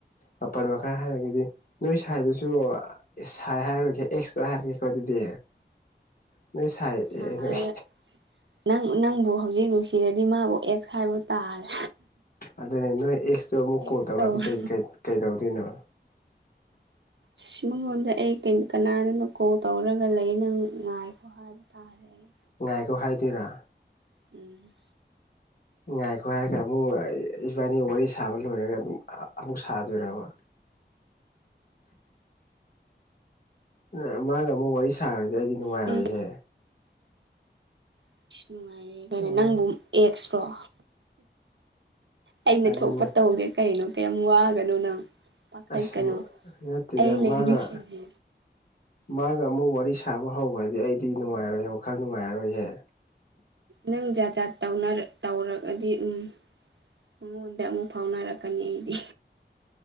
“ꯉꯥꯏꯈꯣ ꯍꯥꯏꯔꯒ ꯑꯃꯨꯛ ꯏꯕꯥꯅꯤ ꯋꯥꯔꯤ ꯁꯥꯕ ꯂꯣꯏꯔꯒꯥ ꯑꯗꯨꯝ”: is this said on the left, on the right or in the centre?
Left